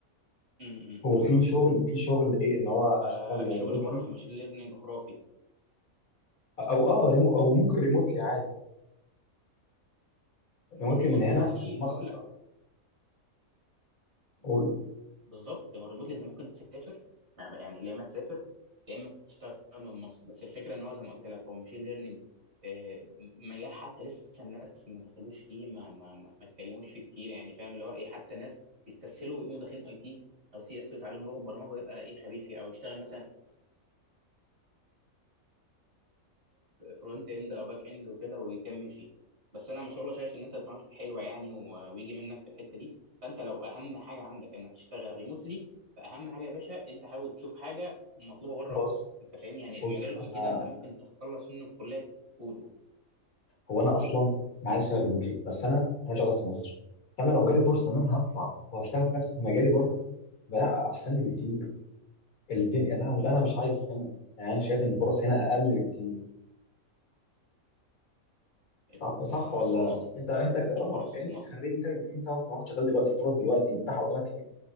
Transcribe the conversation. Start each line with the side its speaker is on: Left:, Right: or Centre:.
Right: امم
Left: هو
Right: بالظبط
Left: في شغل في شغل ايه ان هو
Right: فالشغل
Left: اشتغل ريموتلي
Right: بره في ماشين ليرنينج خرافي
Left: او اه ريمو او ممكن ريموتلي عادي ريموتلي
Right: الريموتلي
Left: من هنا من مصر
Right: هقول لك
Left: اقول
Right: بالظبط هو الريموتلي انت ممكن تسافر ما- ما- يعني يا اما تسافر يا اما تشتغل من مصر بس الفكره ان هو زي ما قلت لك هو ماشين ليرنينج مجال حتى لسه الناس ما دخلوش فيه ما ما ما ما اتكلموش فيه كتير يعني فاهم اللي هو ايه حتى ناس يستسهلوا ويقوموا داخلين اي تي او سي اس ويتعلموا لغه برمجه ويبقى ايه خبيث فيه او يشتغل مثلا فرونت اند او باك اند وكده ويكمل فيها بس انا ما شاء الله شايف ان انت دماغك حلوه يعني و- ويجي منك في الحته دي فانت لو اهم حاجه عندك انك تشتغل ريموتلي فاهم حاجه يا باشا انت حاول تشوف حاجه مطلوبه بره
Left: بص
Right: اكتر انت فاهم يعني
Left: بص
Right: مجال الاي
Left: انا
Right: تي ده انت ممكن تخلص منه بكليه كله
Left: هو انا اصلا انا عايز اشتغل ريموتلي بس انا مش قاعد في مصر فانا لو جالي فرصه ان انا هطلع وهشتغل في نفس- في مجالي بره بلا احسن لي بكتير الدنيا انا انا مش عايز هنا يعني انا شايف ان الفرص هنا اقل بكتير صح,
Right: ال-
Left: صح
Right: الفرص
Left: ولا
Right: في مصر
Left: انت انت ك... اه
Right: الفرص
Left: ك-
Right: في
Left: انت
Right: مصر
Left: كخريج انت انت واحد واحد شغال دلوقتي الفرص دلوقتي متاحه قدامك كتير